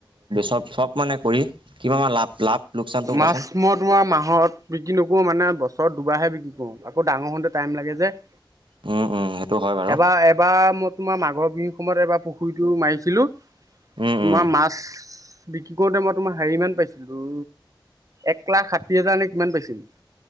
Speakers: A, on the right; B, on the right.
A: চব চব মানে কৰি কিমান লাভ লাভ লোকচানটো
B: মাছ
A: কোৱাচোন।
B: মই তোমাৰ মাহত বিক্ৰী নকৰোঁ মানে বছৰত দুবাৰহে বিক্ৰী কৰোঁ। আকৌ ডাৰ হওঁতে টাইম লাগে যে। <inaudible>
A: উম, উম, সেইটো হয় বাৰু।
B: এবাৰ এবাৰ মই তোমাৰ মাঘৰ বিহুৰ সময়ত এবাৰ পুখুৰীটো মাৰিছিলোঁ।
A: উম,
B: তোমাৰ
A: উম।
B: মাছ বিক্ৰী কৰোতে মই তোমাৰ হেৰি মান পাইছোঁ। এক লাখ ষাঠি হাজাৰ নে কিমান পাইছিলোঁ।